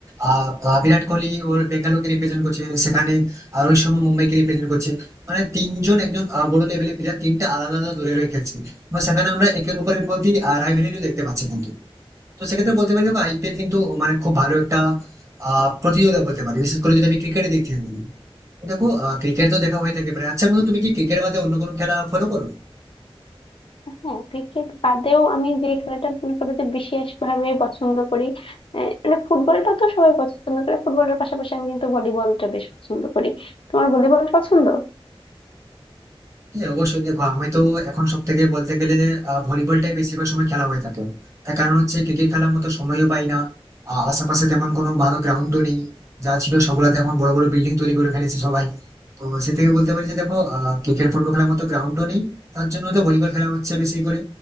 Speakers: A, on the right; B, on the left.
A: আহ আহ, বিরাট কোহলি ওর বেঙ্গালোরকে রিপ্রেজেন্ট করছে সেখানে আর রোহিত শর্মা মুম্বাইকে রিপ্রেজেন্ট করছে মানে তিনজন একজন আহ, বড় লেভেলের প্লেয়ার তিনটা আলাদা আলাদা দলের হয়ে খেলছে এবং সেখানে আমরা একের উপরের প্রতি রাইভেলিটিও দেখতে পাচ্ছি কিন্তু তো সেক্ষেত্রে বলতে পারি দেখো আইপিএল কিন্তু মানে খুব ভালো একটা আহ প্রতিযোগিতা বলতে পারি বিশেষ করে যদি আমি ক্রিকেটের দিক থেকে বলি তো দেখো ক্রিকেট তো দেখা হয়ে থাকে প্রায় আচ্ছা বন্ধু তুমি কি ক্রিকেট বাদে অন্য কোনো খেলা ফলো করো
B: হ্যাঁ ক্রিকেট বাদেও আমি যে খেলাটা মনে করো যে বিশেষ ভাবে পছন্দ করি আহ, মানে ফুটবলটা তো সবাই পছন্দ করে ফুটবলের পাশাপাশি আমি কিন্তু ভলিবলটা বেশ পছন্দ করি তোমার ভলিবল পছন্দ
A: হ্যাঁ অবশ্যই দেখো আমি তো এখন সব থেকে বলতে গেলে আহ, ভলিবলটাই বেশিরভাগ সময় খেলা হয়ে থাকে তার কারণ হচ্ছে ক্রিকেট খেলার মতো সময়ও পাই না আহ, আশেপাশে তেমন কোনো ভালো গ্রাউন্ডও নেই যা ছিল সবগুলাতে এখন বড় বড় বিল্ডিং তৈরি করে ফেলেছে সবাই তো সে থেকে বলতে পারি যে দেখো ক্রিকেট ফুটবল খেলার মতো গ্রাউন্ডও নেই তার জন্য তো ভলিবল খেলা হচ্ছে বেশি করে